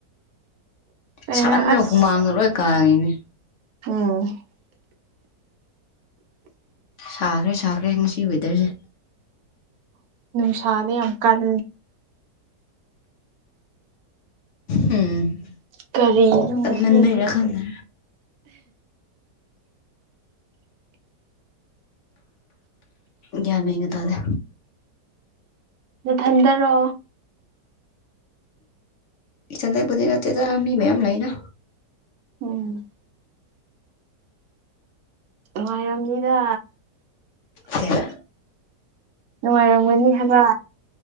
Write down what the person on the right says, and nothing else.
ꯀꯩꯅꯣ
ꯑꯁ
ꯎꯝ
ꯅꯨꯡꯁꯥꯗ ꯌꯥꯝ ꯀꯜ
ꯀꯔꯤꯅꯣ ꯉꯁꯤ
ꯍꯧꯁꯦ
ꯅꯊꯟꯗꯔꯣ
ꯎꯝ ꯅꯨꯡꯉꯥꯏꯔꯝꯅꯤꯗ
ꯅꯨꯡꯉꯥꯏꯔꯝꯒꯅꯤ ꯍꯥꯏꯕ